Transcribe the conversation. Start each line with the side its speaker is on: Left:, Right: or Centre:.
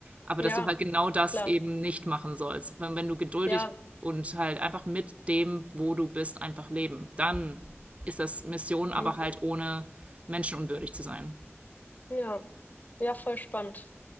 Right: Aber
Left: Ja.
Right: dass du halt genau das
Left: Klar,
Right: eben nicht machen sollst. Wenn, wenn du geduldig
Left: ja.
Right: und halt einfach mit dem, wo du bist, einfach leben, dann ist das Mission,
Left: Mhm.
Right: aber halt ohne menschenunwürdig zu sein.
Left: Ja, ja, voll spannend.